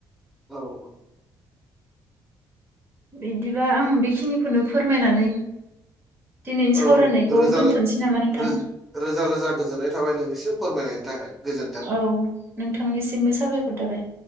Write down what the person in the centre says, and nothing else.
औ औ
औ
रोजा
रोजा रोजा रोजा गोजोननाय थाबाय नोंनिसिम फोरमायनायनि थाखाय गोजोन्थों।